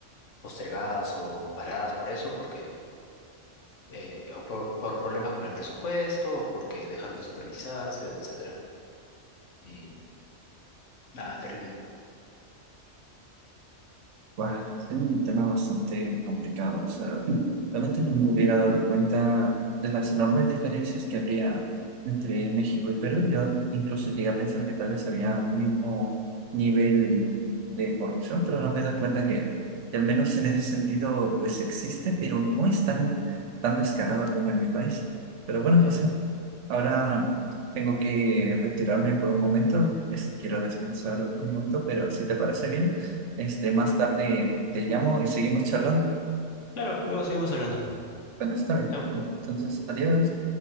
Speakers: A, on the left; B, on the right.
A: postergadas o paradas por eso, porque eh, o por, por problemas con el presupuesto, o porque dejaron de supervisarse, etcétera. Y nada, terrible.
B: Buah, es un tema bastante complicado. O sea, realmente no me hubiera dado cuenta de las enormes diferencias que habría entre México y Perú. Yo incluso llegué a pensar que tal vez había un mismo nivel de corrupción, pero no me doy cuenta que, que al menos en ese sentido, pues existe, pero no es tan, tan descarado como en mi país. Pero bueno,
A: Bien.
B: pues Ahora tengo que retirarme por un momento. este, quiero descansar por un momento, pero si te parece bien, este, más tarde te llamo y seguimos charlando.
A: Claro, luego seguimos hablando.
B: Bueno, está bien.
A: Chau.
B: Entonces, adiós.